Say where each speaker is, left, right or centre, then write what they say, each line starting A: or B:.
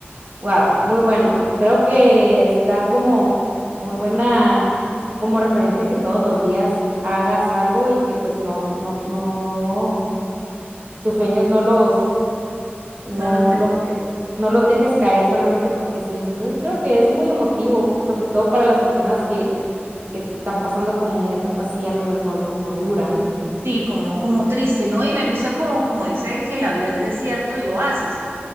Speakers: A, on the right (about 40°); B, on the right (about 65°).
A: Wow, muy bueno. Creo que es- da como muy buena como referencia que todos los días hagas algo y que pues no, no, no, tus sueños no los, no
B: No lo sé.
A: los, de- no los dejes caer solamente porque sí. Entonces creo que es muy emotivo, sobre todo para las personas que, que están pasando como una etapa así a lo mejor como dura, ¿no?
B: Sí, como, como triste, ¿no? Y me gusta como, como dice que la vida es desierto y oasis.